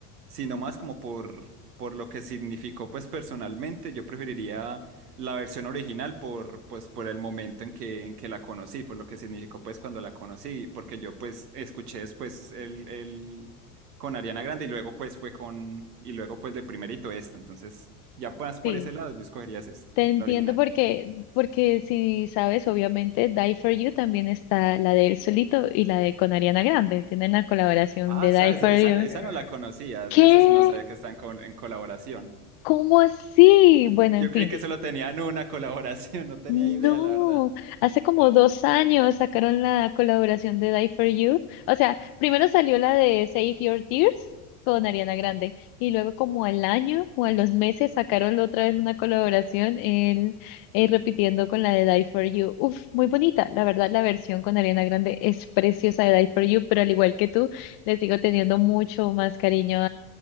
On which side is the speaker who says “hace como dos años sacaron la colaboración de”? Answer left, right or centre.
Left